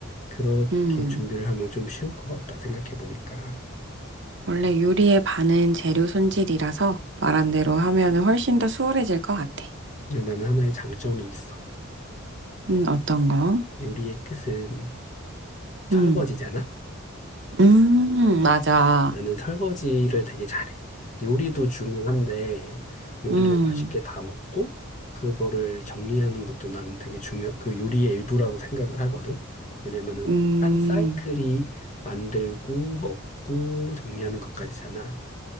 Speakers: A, on the left; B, on the right.
A: 그렇게
B: 음.
A: 준비를 하면 좀 쉬울 것 같다 생각해 보니까.
B: 원래 요리의 반은 재료 손질이라서 말한 대로 하면 훨씬 더 수월해질 것 같아.
A: 근데 나는 하나의 장점이 있어.
B: 음, 어떤 거?
A: 요리의 끝은 설거지잖아.
B: 음, 음, 맞아.
A: 나는 설거지를 되게 잘해. 요리도 중요한데, 요리를
B: 음,
A: 맛있게 다 먹고, 그거를 정리하는 것도 나는 되게 중요, 그 요리의 일부라고 생각을 하거든. 왜냐면은,
B: 음,
A: 한 사이클이 만들고, 먹고, 정리하는 것까지잖아.